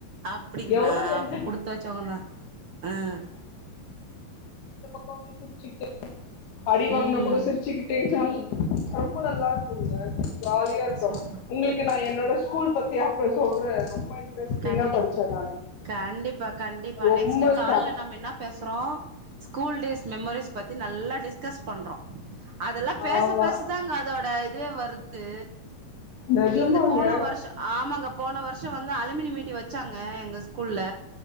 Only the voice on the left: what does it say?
எவ்வளோ என்ன
இருப்பாங்க சிரிச்சுட்டுக்கே அடி வாங்கினா
கூட சிரிச்சுக்கிட்டே ரொம்ப நல்ல சொல்ங்க ஜாலியா இருக்கும்
உங்களுக்கு நான் என்னோட ஸ்கூல் பத்தி அப்பறம் சொல்றேன் ரொம்ப இன்டஸ்டிங்க
படிச்சோ ம்
ரொம்ப
சா
ஆமா
நிஜமாங்க